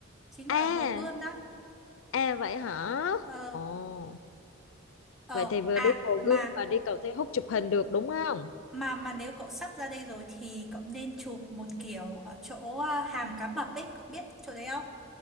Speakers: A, in the centre; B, on the left.
A: chính là
B: À,
A: ở Hồ Gươm đó.
B: à vậy hả?
A: Ờ,
B: Ồ,
A: ờ
B: vậy thì vừa
A: à
B: đi Hồ
A: mà
B: Gươm mà đi cầu Thê Húc chụp hình được đúng không?
A: Mà mà nếu cậu sắp ra đây rồi thì cậu nên chụp một kiểu ở chỗ à, hàm cá mập ấy, cậu biết chỗ đấy không?